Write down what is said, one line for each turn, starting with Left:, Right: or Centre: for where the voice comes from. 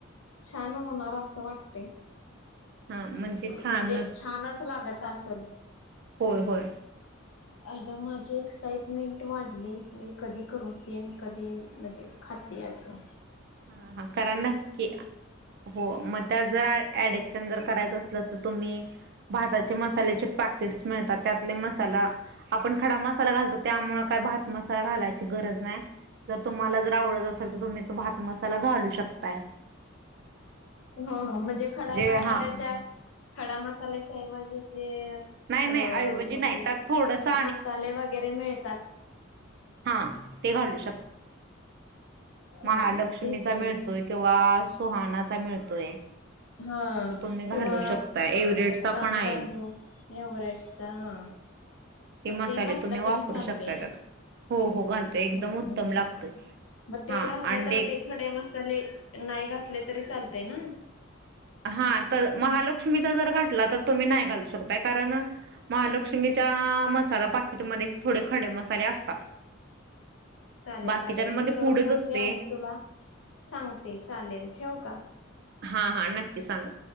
Left: छान होणार असं वाटते.
Right: हां म्हणजे छान
Left: म्हणजे छानच लागत असेल.
Right: हो होय.
Left: आता माझे एक्साइटमेंट वाढले मी कधी करून तेन कधी म्हणजे खात. दि असस
Right: हा हा करा नक्की हो मग त्या जर ऍडिक्शन जर करायचं. तर तुम्ही भाताचे मसाल्याचे पाकेटस मिळतात. त्यातले मसाला आपण खडा मसाला घालतो त्यामुळे काय भ हात मसाला घालायची गरज नाही जर तुम्हाला जर आवडत असेल तर तुम्ही त भात मसाला घालू शकता. वक्तां
Left: हो हो म्हणजे खडा मसाल्याच्या
Right: हा
Left: खडा मसाल्याच्या आहेऐवजी अ
Right: नाही नाही ऐवजी
Left: म्हणजे
Right: नाही त्यात थोडंसं
Left: मसाले वगैरे मिळतात.
Right: हा ते घलच.
Left: हा
Right: महालक्ष्मीचा
Left: मग तेच की
Right: मिळतोय किंवा सुहानासा मिळतोय.
Left: हा
Right: तो तुम्ही घालू
Left: किंवा
Right: शकता एव्हरेटचा
Left: रामबंधू
Right: पण आहे
Left: नवेटचा हा मग
Right: मसाले
Left: ते घातलं
Right: तुम्ही वापरू
Left: तरी चालते
Right: शकता त्यात हो हो घालतोय एकदम
Left: म्हणजे
Right: उत्तम लागतोय
Left: मग
Right: हा
Left: ते घातलं
Right: अंडे
Left: तर ते खडे मस्त चले नाही घातले तरी चालतय ना
Right: हा तर महालक्ष्मीचा जर घाठला तर तुम्ही नाही घाल शकताय कारण महालक्ष्मीच्या मसाला पाकिटमध्ये थोडे खडे मसाले असतात <inaudible>
Left: चालेल
Right: बाकीच्यांमध्ये
Left: चालेल मी करून
Right: पुढच
Left: बघते
Right: असते
Left: आणि तुला सांगते चालेल ठेव का
Right: हा हा नक्की सांगा